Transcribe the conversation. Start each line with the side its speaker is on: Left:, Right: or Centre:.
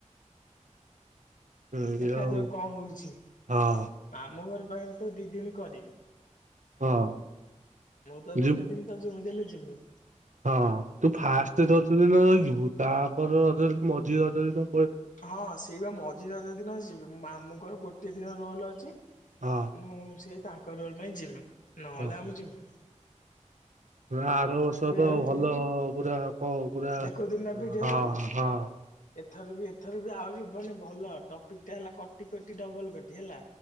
Right: ଏଇ
Left: ଦେଖାଯାଉ
Right: ଆଉ
Left: କଣ ହଉଛି।
Right: ହଁ
Left: ଆମ ଘର ଯାହା ହେଲେ ଵି ଦି ଦିନି କରିବେ
Right: ହଁ
Left: ମୁଁ ତ
Right: ଯୁ
Left: ଗୋଟେ ଦିନ ତ ଯେମି ଜିମି
Right: ହଁ ତୁ ଫାଷ୍ଟ ରଜ ଦିନ ଯିବୁ। ତା ରଜରେ ମଝି ରଜରେ ତ
Left: ହଁ ସେଇ ବା ମଝିରେ ରଜ ଦିିନ ଯିବେ। ଆମୁଙ୍କର ଗୋଟେ ଗୋଟେ ଦିନ ରୋଲ ଅଛି
Right: ହଁ
Left: ମୁଁ ସେଇ ତାଙ୍କ ରୋଲ ପାଇଁ ଯିମି ନଲେ
Right: ଓହୋ
Left: ଆ ମୁଁ ଜିମିନି।
Right: ନା ଆର ବର୍ଷ ତ
Left: ରହିବେ
Right: ଭଲ ପୁରା କ ପୁରା
Left: ଦେଖୁଥିଲୁ ନା ଭିଡିଓ
Right: ହଁ
Left: ଏବେ
Right: ହଁ।
Left: ଏଥର ବି ଏଥର ବି ଆହୁରି ମାନେ ଭଲ ଟପିକ୍ ଟା ହେଲା କଟି କଟି ଡବଲ କଟି। ହେଲା।